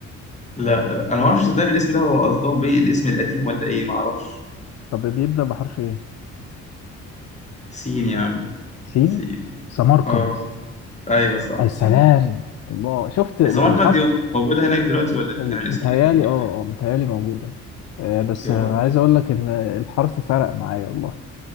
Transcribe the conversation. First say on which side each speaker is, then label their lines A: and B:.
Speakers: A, on the left; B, on the left.
A: لا لا انا ما اعرفش صدقني الاسم ده هو قصدهم بيه الاسم القديم ولا ايه ما اعرفش
B: طب بيبدأ بحرف ايه
A: سين يا عم
B: سين
A: سين
B: سمرقند
A: اه ايوه صح
B: اي
A: صح
B: سلام الله شفت ال-
A: السماركند
B: الحرف
A: دي موجودة هناك دلوقتي ولا دي
B: ال-
A: كان الاسم
B: متهيالي
A: القديم دي
B: اه
A: ولا ايه
B: اه متهيالي موجودة آه، بس
A: يا
B: انا
A: رب
B: عايز اقول لك ان الحرف فرق معايا والله